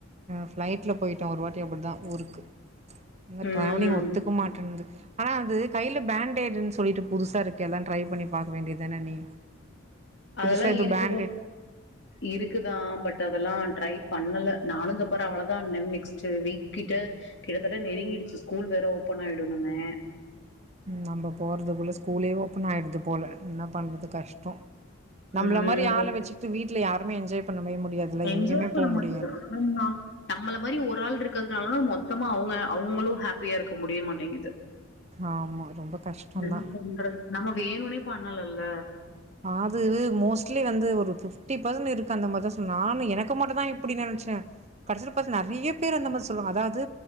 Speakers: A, on the right; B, on the left.
A: ஃபளைட்ல போயிட்டே ஒரு வாட்டி அப்படிதா ஊருக்கு இந்த
B: ம்
A: டிராவலிங் ஒத்துக்க மாட்டேங்குது ஆனா வந்த கையில பேண்டேடுன்னு சொல்லிட்டு புதுசா இருக்கு எல்லா டிரை பண்ணி பாக்க வேண்டியதுதான நீ
B: அதெல்லா
A: புதுசா எதோ
B: இருக்குத
A: பேண்டேட்
B: இருக்குதா பட் அதெல்லா ட்ரை பண்ணல நானு இந்த பாரு அவளோ தா நெக்ஸ் வீக் கிட்ட கிட்டத்தட்ட நெருங்கிடுச்சு ஸ்கூல் வேற ஓப்பன் ஆயிடூநுமே
A: நம்ம போறதுக்குள்ள ஸ்கூலே ஓபன் ஆயிடுது போல என்ன பண்றது கஷ்டோ நம்மள
B: ம்
A: மாரி ஆள வச்சுட்டு வீட்டுல யாருமே என்ஜாய் பண்ணவே முடியாதுல்ல
B: என்ஜாய்
A: எங்கேயுமே
B: பண்ண
A: போ
B: முடியல
A: முடியாது
B: ஆமா நம்மள மாதிரி ஒரு ஆள் இருக்கிறதுனாலதா மொத்த ம அவங்க அவங்களு ஹாப்பியா இருக்க முடிய மாட்டிங்குது
A: ஆமா ரொம்ப கஷ்டந்தா
B: ம் என்ன பண்றது நம்ம வேணுமனே பண்ணலல்ல
A: அது மோஸ்ட்லி வந்து ஒரு பிப்டி பெர்சன்ட் இருக்கு அந்த மாரிதா சொன்ன நானு எனக்கு மட்டுதா இப்டி நெனச்ச கடசில பாத்தா நெரிய பேர் அந்த மாதி சொல்றாங்க அதா